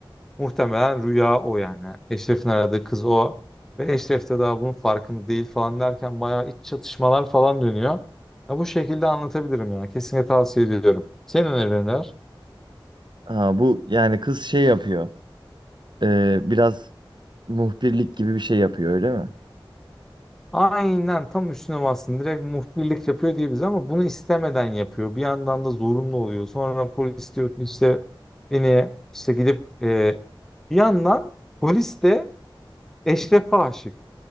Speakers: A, in the centre; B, on the right.
A: muhtemelen rüya o yani. Eşref'in aradığı kız o. Ve Eşref de daha bunun farkında değil falan derken bayağı iç çatışmalar falan dönüyor. Ya bu şekilde anlatabilirim ya. Kesinlikle tavsiye ediyorum. Senin önerilerin neler?
B: Ha, bu yani kız şey yapıyor. Ee, biraz muhbirlik gibi bir şey yapıyor öyle mi?
A: Aynen tam üstüne bastın. Direkt muhbirlik yapıyor diye bize ama bunu istemeden yapıyor. Bir yandan da zorunlu oluyor. Sonra polis diyor ki işte beni işte gidip e, bir yandan polis de Eşref'e aşık.